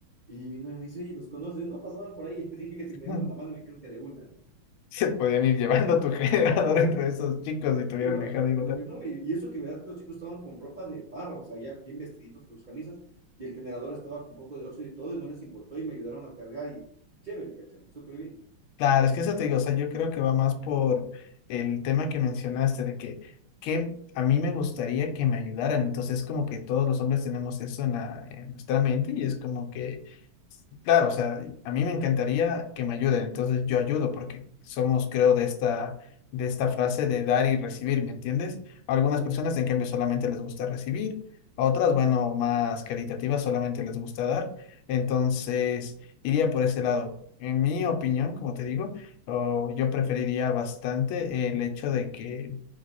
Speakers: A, on the right; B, on the left.
A: Y mi novia me dice, oye, ¿nos conoces? No, pasaban por ahí. <laughs> Y dije que si me
B: <laughs>
A: daban una mano, me dijeron que de una. ¿no?
B: se podían ir llevando tu <laughs> generador entre esos chicos y te
A: Juro,
B: hubieran dejado
A: acá,
B: y
A: pero no. Y, y eso que verdad que los chicos estaban con ropa de farro, o sea, ya bien vestiditos con sus camisas. Y el generador estaba con un poco de óxido y todo, y no les importó. Y me ayudaron a cargar. Y chévere, ¿cachan? Súper bien.
B: Claro, es que eso te digo, o sea, yo creo que va más por el tema que mencionaste de que, que a mí me gustaría que me ayudaran, entonces como que todos los hombres tenemos eso en la, en nuestra mente y es como que, claro, o sea, a mí me encantaría que me ayuden, entonces yo ayudo porque somos, creo, de esta, de esta frase de dar y recibir, ¿me entiendes? A algunas personas, en cambio, solamente les gusta recibir, a otras, bueno, más caritativas, solamente les gusta dar, entonces iría por ese lado. En mi opinión, como te digo, o yo preferiría bastante el hecho de que